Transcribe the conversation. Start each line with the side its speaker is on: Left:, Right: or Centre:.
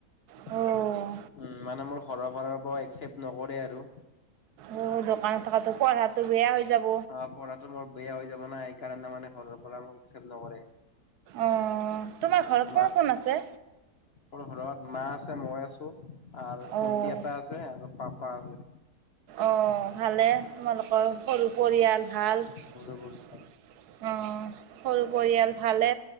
Right: অ',
Left: উম মানে মোৰ ঘৰৰ পৰা মই একচেপ্ট নকৰে আৰু
Right: অ দোকানত থকাটো পঢ়াটো বেয়া হৈ যাব।
Left: অ পঢ়াটো মোৰ বেয়া হৈ যাব না সেইকাৰণে মানে ঘৰৰ পৰা মোক একচেপ্ট নকৰে
Right: অঁ তোমাৰ
Left: উম,
Right: ঘৰত কোন কোন আছে
Left: মোৰ ঘৰত মা আছে মই আছো আৰ
Right: অ',
Left: ভন্টি এটা আছে আৰু পাপা আছে
Right: অঁ ভালে তোমালোকৰ সৰু পৰিয়াল ভাল অঁ
Left: সৰু ভন্টি
Right: সৰু পৰিয়াল ভালে